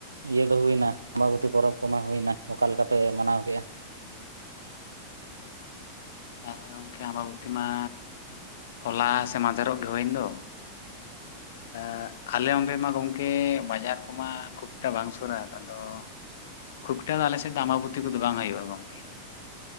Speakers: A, on the right (about 80°); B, on the left (about 55°).
A: ᱤᱭᱟᱹ ᱫᱚ ᱦᱩᱭᱱᱟ ᱟᱢᱵᱟᱵᱚᱛᱤ ᱯᱚᱨᱚᱵᱽ ᱠᱚᱢᱟ ᱦᱩᱭᱱᱟ, ᱚᱠᱟ ᱞᱮᱠᱟ ᱯᱮ ᱢᱟᱱᱟᱣ ᱠᱮᱜ-ᱟ?
B: ᱦᱮᱸ ᱜᱚᱝᱠᱮ ᱟᱸᱵᱟᱵᱚᱛᱤ ᱢᱟ ᱦᱚᱞᱟ ᱥᱮ ᱢᱟᱫᱷᱮᱨᱚᱜ ᱜᱮ ᱦᱩᱭᱮᱱ ᱫᱚ᱾ ᱮᱸᱜ ᱟᱞᱮ ᱚᱸᱰᱮ ᱢᱟ ᱜᱚᱝᱠᱮ ᱵᱟᱡᱟᱨ ᱠᱚᱢᱟ ᱠᱷᱩᱵᱴᱟ ᱵᱟᱝ ᱥᱩᱨᱟ ᱟᱫᱚ᱾ ᱠᱷᱩᱵᱴᱟ ᱫᱚ ᱟᱞᱮ ᱥᱮᱫ ᱫᱚ ᱟᱸᱵᱟᱵᱚᱛᱤ ᱠᱚᱫᱚ ᱵᱟᱝ ᱦᱩᱭᱩᱜ-ᱟ ᱜᱚᱝᱠᱮ᱾